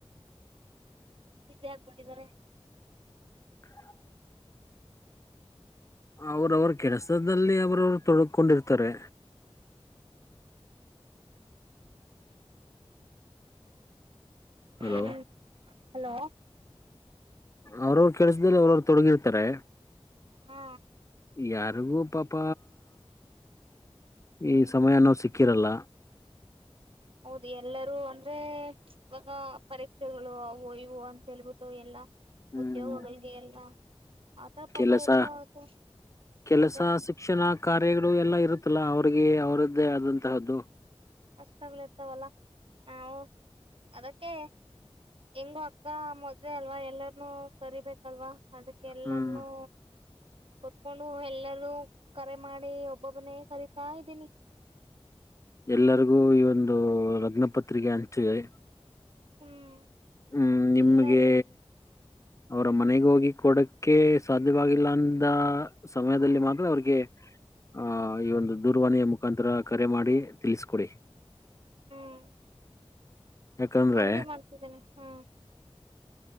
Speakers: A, on the right; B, on the left.
A: ಬಸಿ ಆಗ್ಬಿಟ್ಟಿದಿದ್ದಾರೆ
B: ಹ ಅವ್ರ ಅವ್ರ ಕೆಲಸದಲ್ಲಿ ಅವ್ರವ್ರು ತೊಡಕೊಂಡಿರ್ತಾರೆ ಹಲೋ
A: ಹ್ಮ್ ಹಲೋ
B: ಅವ್ರವ್ರ ಕೆಲ್ಸದಲ್ಲಿ ಅವ್ರವ್ರು ತೊಡಗಿರ್ತಾರೆ
A: ಹಾ
B: ಯಾರಿಗೂ ಪಾಪ ಈ ಸಮಯ ಅನ್ನೋ ಸಿಕ್ಕಿರಲ್ಲ
A: ಹೌದು ಎಲ್ಲರೂ ಅಂದ್ರೆ ಇವಾಗ ಪರೀಕ್ಷೆಗಳು ಅವು ಇವು ಅಂತ ಹೇಳ್ಬಿಟ್ಟು ಎಲ್ಲಾ
B: ಹ್ಮ್
A: ಉದ್ಯೋಗಿಗೆ ಎಲ್ಲ ಆತರ ಪಾಪ
B: ಕೆಲಸ
A: ಎಲ್ರುೂ ಆತ
B: ಕೆಲಸ
A: ಅದೇ
B: ಶಿಕ್ಷಣ ಕಾರ್ಯಗಳು ಎಲ್ಲ ಇರುತ್ತಲ್ಲ ಅವ್ರಿಗೆ ಅವರದ್ದೇ ಆದಂತಹದ್ದು
A: ಅಷ್ಟಾಗ್ಲಿ ಇರ್ತಾವಲ್ಲ ನಾವು ಅದಕ್ಕೆ ಹೆಂಗು ಅಕ್ಕ ಮೊದ್ವೆ ಅಲ್ವಾ ಎಲ್ಲರನುೂ ಕರಿಬೇಕು ಅಲ್ವಾ ಅದಕ್ಕೆಲ್ಲರನುೂ
B: ಹ್ಮ್
A: ಕುತ್ಕೊಂಡು ಎಲ್ಲರೂ ಕರೆ ಮಾಡಿ ಒಬ್ಬೊಬ್ಬನೇ ಕರಿತಾ ಇದ್ದೀನಿ
B: ಎಲ್ಲರಿಗೂ ಈ ಒಂದು ಲಗ್ನಪತ್ರಿಕೆ ಹಂಚಿದೆ
A: ಹ್ಮ್
B: ಹ್ಮ್ ನಿಮ್ಗೆ
A: ಎಲ್ಲಾರೂ
B: ಅವರ ಮನೆಗ ಹೋಗಿ ಕೊಡಕ್ಕೆ ಸಾಧ್ಯವಾಗಿಲ್ಲ ಅಂದ ಸಮಯದಲ್ಲಿ ಮಾತ್ರ ಅವ್ರಿಗೆ ಆಹ ಈ ಒಂದು ದೂರವಾಣಿಯ ಮುಖಾಂತರ ಕರೆ ಮಾಡಿ ತಿಳಿಸಕೊಡಿ
A: ಹ್ಮ್
B: ಯಾಕಂದ್ರೆ
A: ಹಂಗೇ ಮಾಡ್ತಿದ್ದೇನೆ ಹ್ಮ್